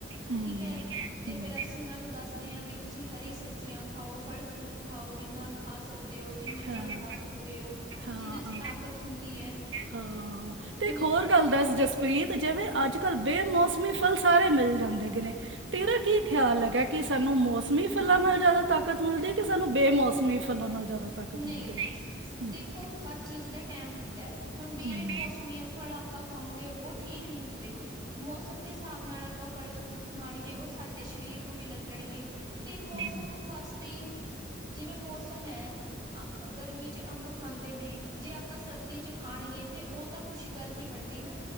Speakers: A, on the right; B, on the right.
A: ਹੂੰ
B: ਠੀਕ ਹੈ ਤੇ
A: ਹੂੰ
B: ਫੇਰ ਅਸੀਂ ਉਹਨਾ ਨੂੰ ਦੱਸਦੇ ਹਾਂ ਵੀ ਤੁਸੀਂ ਹਰੀ ਸਬਜ਼ੀਆਂ ਖਾਓ। ਫਲ ਫਰੂਟ ਖਾਓ ਜਿੰਨਾ ਖਾ ਸਕਦੇ ਹੋ ਜਿੰਨੇ
A: ਹਾਂ
B: ਫਲ ਖਾ ਸਕਦੇ ਹੋ
A: ਹਾਂ
B: ਜਿੰਹਨਾਂ ਚ
A: ਹਾਂ
B: ਤਾਕਤ ਹੁੰਦੀ ਹੈ
A: ਹਾਂ ਤੇ
B: ਹੁਣ
A: ਇੱਕ ਹੋਰ ਗੱਲ
B: ਜਿਵੇਂ
A: ਦੱਸ ਜਸਪ੍ਰੀਤ ਜਿਵੇਂ ਅੱਜ ਬੇਮੋਸਮੀ ਫਲ ਸਾਰੇ ਮਿਲ ਜਾਂਦੇ ਹੇਗੇ ਨੇ ਤੇਰਾ ਕੀ
B: ਹਾਂ
A: ਖਿਆਲ ਹੈਗਾ? ਕਿ ਸਾਨੂੰ ਮੌਸਮੀ ਫਲਾਂ ਨਾਲ ਜ਼ਿਆਦਾ ਤਾਕਤ ਮਿਲਦੀ ਕਿ ਸਾਨੂੰ ਬੇਮੌਸਮੀ ਫਲਾਂ ਨਾਲ ਜ਼ਿਆਦਾ ਤਾਕਤ
B: ਨਹੀਂ
A: ਮਿਲਦੀ ਹੈ ਹੂੰ
B: ਦੇਖੋ ਹਰ ਚੀਜ਼ ਦਾ ਟਾਈਮ ਹੁੰਦਾ ਹੁਣ ਬੇਮੋਸਮੀ
A: ਹੂੰ।
B: ਫਲ ਆਪਾਂ ਖਾਉਂਗੇ ਉਹ ਠੀਕ ਨਹੀਂ ਹੁੰਦੇ। ਮੌਸਮ ਦੇ ਹਿਸਾਬ ਨਾਲ ਆਪਾਂ ਫਲ ਫਰੂਟ ਖਾਣਗੇ ਉਹ ਸਾਡੇ ਸਰੀਰ ਨੂੰ ਵੀ ਲੱਗਣਗੇ ਤੇ ਮੌਸਮ
A: ਹੂੰ
B: ਵਾਸਤੇ ਜਿਵੇਂ ਮੌਸਮ ਏ। ਅ ਗਰਮੀ ਚ ਅੰਬ ਖਾਂਦੇ ਨੇ ਜੇ ਆਪਾਂ ਸਰਦੀ ਚ ਖਾਣਗੇ ਤੇ ਉਹ ਤਾਂ ਕੁਛ ਗੱਲ ਨੀ ਬਣਦੀ ਨਾ